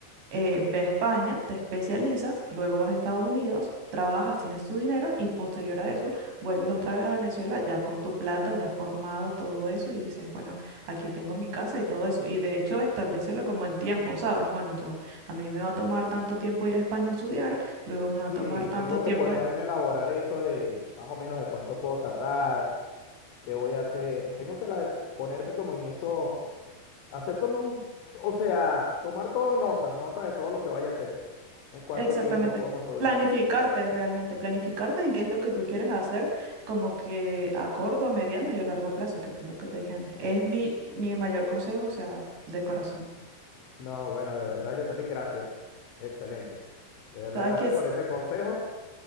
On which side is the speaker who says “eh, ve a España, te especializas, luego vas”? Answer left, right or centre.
Right